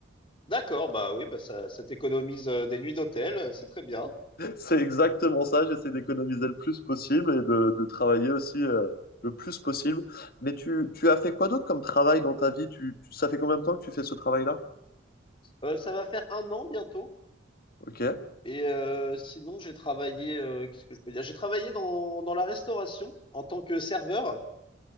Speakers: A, on the left (about 25°); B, on the left (about 50°).
A: D'accord, bah oui, bah ça, ça t'économise euh, des nuits d'hôtel, euh, c'est très bien.
B: <laughs> C'est exactement ça. J'essaie d'économiser le plus possible et de, de travailler aussi euh, le plus possible. Mais tu, tu as fait quoi d'autre comme travail dans ta vie? Tu, tu- ça fait combien de temps que tu fais ce travail-là?
A: Euh, ça va faire un an bientôt.
B: Ok,
A: Et euh, sinon, j'ai travaillé, euh, qu'est-ce que je peux dire? J'ai travaillé dans, dans la restauration en tant que serveur.